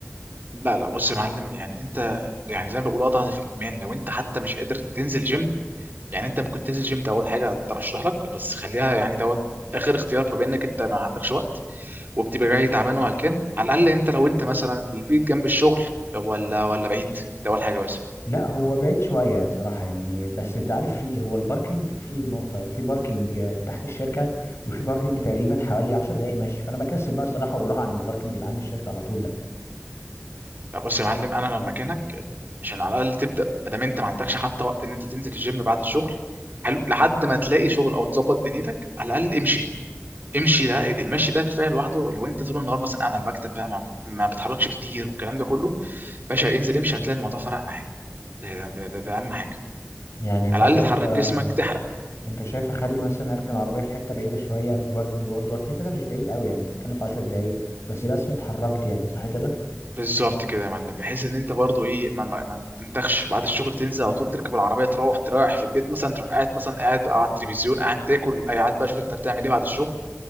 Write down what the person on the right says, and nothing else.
لا لا بص يا معلم يعني انت يعني زي ما بقول اضغط في الايمان لو انت حتى مش قادر تنزل جيم يعني انت ممكن تنزل جيم ده اول حاجه ترشح لك بس خليها يعني دوت اخر اختيار بما انك انت ما عندكش وقت وبتبقى جاي تعبان وهلكان على الاقل انت لو انت مثلا البيت جنب الشغل ولا ولا بعيد ده اول حاجه بس
لا بص يا معلم انا لو مكانك عشان على الاقل تبدا ادام انت ما عندكش حتى وقت ان انت تنزل الجيم بعد الشغل حلو لحد ما تلاقي شغل او تظبط دنيتك على الاقل امشي امشي ده ايه ده المشي ده كفايه لوحده لو انت طول النهار مثلا قاعد على المكتب بقى ما, ما بتحركش كتير والكلام ده كله باشا انزل امشي هتلاقي الموضوع فرق معاك ده ده ده, ده, ده اهم حاجه
على
الاقل تحرك
جسمك تحرك
بالظبط كده يا معلم بحيث ان انت برضو ايه ما, ما, ما تنتخش بعد الشغل تنزل على طول تركب العربيه تروح تريح في البيت مثلا تروح قاعد مثلا قاعد على التلفزيون قاعد تاكل أي قاعد بقى شوف انت بتعمل ايه بعد الشغل